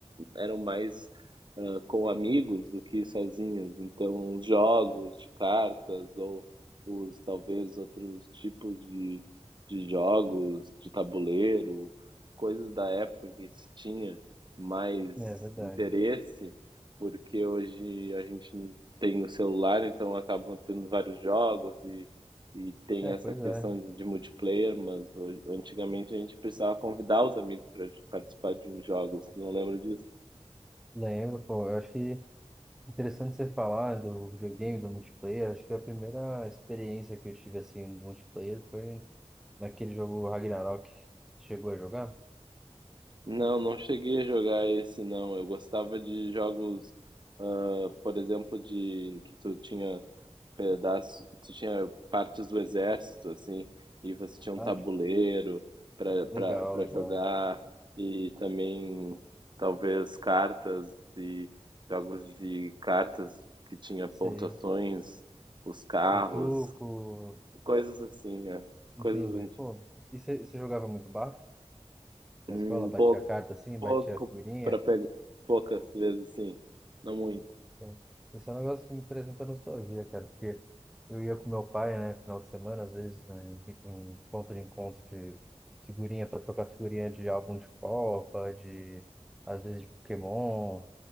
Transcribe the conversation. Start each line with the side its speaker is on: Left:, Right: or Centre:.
Right: eram mais ah, com amigos do que sozinhas. Então, os jogos de cartas ou os talvez outros tipos de, de jogos de tabuleiro, coisas da época que se tinha mais
Centre: é verdade.
Right: interesse, porque hoje a gente não tem no celular, então acabam tendo vários jogos e, e tem
Centre: É,
Right: essa
Centre: pois
Right: questão
Centre: é.
Right: de multiplayer, mas hoje, antigamente a gente precisava convidar os amigos para participar de uns jogos, não lembro disso.
Centre: Lembro, pô. Eu acho que interessante você falar do videogame, do multiplayer. Acho que a primeira experiência que eu tive assim do multiplayer foi naquele jogo Ragnarok. Chegou a jogar?
Right: Não, não cheguei a jogar esse não. Eu gostava de jogos, ah, por exemplo, de que tu tinha pedaço, tu tinha partes do exército, assim, e você tinha um
Centre: Ah,
Right: tabuleiro para para
Centre: Legal,
Right: para
Centre: legal.
Right: jogar e também talvez cartas e jogos de cartas que tinha
Centre: Sei.
Right: pontuações, os carros,
Centre: Tipo, truco.
Right: coisas assim, é.
Centre: Entendi.
Right: Coisas anti-
Centre: Pô, e você jogava muito bafo na
Right: hum,
Centre: escola? Batia
Right: pouco
Centre: a carta assim,
Right: pouco
Centre: batia a figurinha?
Right: para pegar, poucas vezes sim, não muito.
Centre: Pô, Isso é um negócio que me traz muita nostalgia, cara, porque eu ia com meu pai, né, final de semana, às vezes, né, em em ponto de encontro de figurinha, para trocar figurinha de álbum de Copa, de, às vezes, de Pokémon.